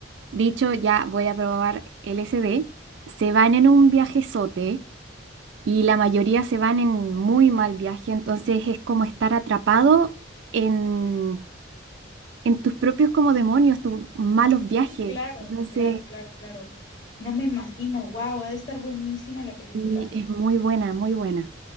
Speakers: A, on the right; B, on the left.
A: dicho ya voy a probar LSD, se van en un viajezote y la mayoría se van en muy mal viaje, entonces es como estar atrapado en, en tus propios como demonios, tus malos viajes.
B: Sí, claro,
A: Entonces,
B: claro, claro, claro. No me imagino, wow, ha de estar buenísima la película.
A: sí, es muy buena, muy buena.